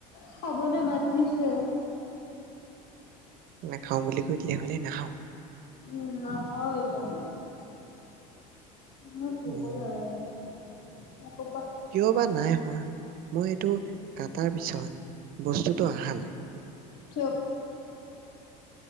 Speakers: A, on the left (about 60°); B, on the right (about 55°).
A: খাবলৈ মাতিছে
B: নাখাও বুলি কৈ দিলে হলে নাখাওঁ
A: উম নাখাওঁ এতিয়া মই মোৰ ভোকো
B: উম
A: লগা নাই। এ খুব
B: কিয় বা নাই হোৱা মই এইটো কাটাৰ পিছত বস্তুতটো অহা নাই।
A: চুপ।